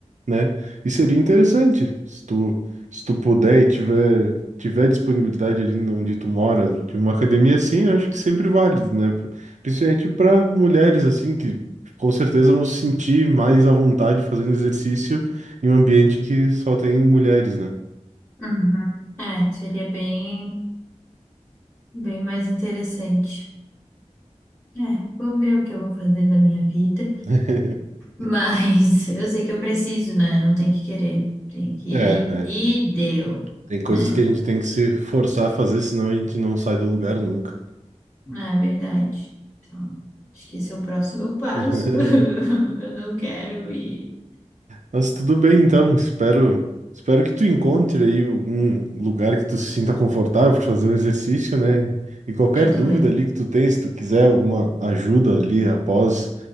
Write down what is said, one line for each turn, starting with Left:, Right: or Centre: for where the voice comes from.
Right: né? E seria interessante se tu, se tu puder e tiver, tiver disponibilidade ali onde tu mora, de uma academia assim, eu acho que sempre válido, né? Pro- Principalmente para mulheres assim que com certeza vão se sentir mais à vontade fazendo exercício em um ambiente que só tem mulheres, né?
Left: uhum. É, seria bem, bem mais interessante. É, vou ver o que eu vou fazer da minha vida,
Right: <laughs>
Left: mas <laughs> eu sei que eu preciso, né? Não tem que querer, tem que
Right: É,
Left: ir
Right: é.
Left: e deu,
Right: Tem coisas
Left: né?
Right: que a gente tem que se forçar a fazer, senão a gente não sai do lugar nunca.
Left: É verdade. Então, acho que esse é o próximo passo.
Right: <laughs>
Left: <laughs> Eu não quero ir.
Right: Mas tudo bem, então. Espero, espero que tu encontre aí algum lugar que tu se sinta confortável para fazer um exercício, né? E qualquer
Left: Eu também.
Right: dúvida ali que tu tenha, se tu quiser alguma ajuda ali após